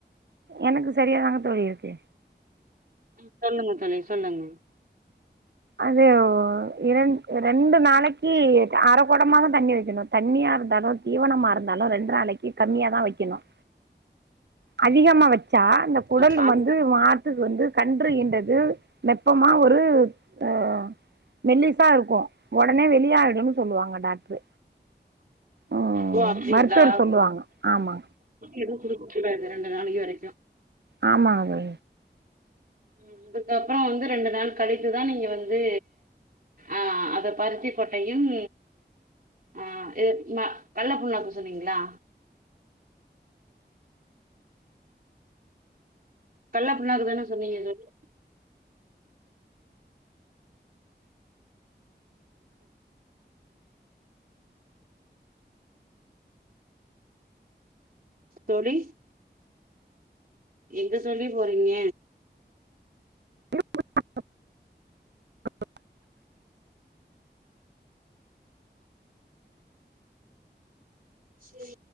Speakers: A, on the right; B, on the right.
A: எனக்கு சரியாதாங்க தோழி இருக்கு
B: ஹ் சொல்லுங்க தோழி சொல்லுங்க
A: அது இரண் ரெண்டு நாளைக்கு அரைக்குடமாதான் தண்ணி வைக்கணும் தண்ணியா இருந்தாலும் தீவனமா இருந்தாலும் ரெண்டு நாளைக்கு கம்மியாதான் வைக்கணும் அதிகமா வச்ச ச்சா இந்த குடல்
B: அப்ப அது
A: வந்து மாட்டுக்கு வந்து கன்று ஈன்றது நெப்பமா ஒரு ஆஹ் மெல்லிசா இருக்கும் உடனே வெளிய ஆயிடும்னு சொல்லுவாங்க டாக்டரு உம்
B: ஓ அப்டிங்களா
A: மருத்துவர் சொல்லுவாங்க ஆமா
B: எதுவும் குடுக்கக்கூடாது ரெண்டு நாளைக்கு வரைக்கும்
A: ஆமா அது
B: உம் அதுக்கப்புறம் வந்து ரெண்டு நாள் கழித்துதான் நீங்க வந்து அஹ் அத பருத்தி கொட்டையும் அஹ் கள்ளபுண்ணாக்கு சொன்னிங்களா கள்ள புண்ணாக்கு தான சொன்னீங்க தோழி தோழி எங்க தௌழி போனீங்க
A: <inaudible>
B: சரி